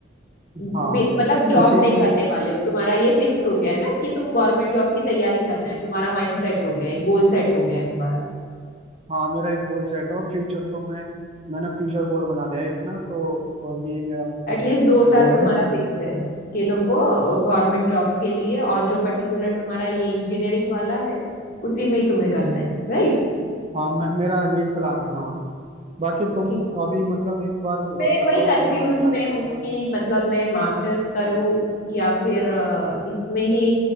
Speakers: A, on the left; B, on the right.
A: बे-
B: हाँ
A: मतलब जॉब
B: इसी
A: नहीं
B: को
A: करने वाले हो तुम्हारा ये फिक्स हो गया है ना कि तुम गवर्नमेंट जॉब की तैयारी करना है तुम्हारा माइंड सेट हो गया है गोल सेट हो गया है तुम्हारा
B: हाँ मेरा एक गोल सेट है और फ्यूचर को मैं मैंने फ्यूचर गोल बना लिया है अपना तो और यही मेरा मतलब
A: एटलीस्ट दो साल
B: गोल
A: तुम्हारा
B: है
A: फिक्स है कि तुमको गवर्नमेंट जॉब के लिए और जो पर्टिकुलर तुम्हारा ये इंजीनियरिंग वाला है उसी में ही तुम्हें करना है राइट
B: हाँ मैं, मेरा यही प्लान है हाँ बाकी तुम
A: ठीक
B: अभी मतलब एक बार मुझे
A: मैं
B: और बताओ
A: वही कंफ्यूज
B: तुम्हारा क्या
A: में
B: इसमें
A: हूँ
B: का
A: कि मतलब मैं मास्टर्स करूँ या फिर अ, इसमें ही